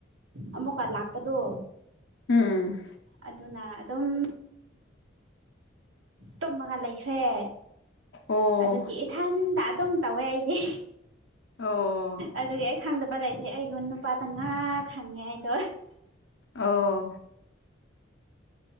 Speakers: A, on the right; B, on the left.
A: ꯑꯃꯨꯛꯀ ꯂꯥꯛꯄꯗꯨ
B: ꯎꯝ
A: ꯑꯗꯨꯅ ꯑꯗꯨꯝ ꯇꯨꯝꯃꯒ ꯂꯩꯈ꯭ꯔꯦ
B: ꯑꯣ
A: ꯑꯗꯨꯒꯤ ꯏꯊꯟꯗ ꯑꯗꯨꯝ ꯇꯧꯋꯦ ꯑꯩꯗꯤ
B: ꯑꯣ
A: ꯑꯗꯨꯒꯤ ꯑꯩ ꯈꯪꯗꯕ ꯂꯩꯇꯦ ꯑꯩꯉꯣꯟ ꯅꯨꯄꯥꯗ ꯉꯥꯛ ꯁꯪꯉꯦ ꯑꯩꯗꯣ
B: ꯑꯣ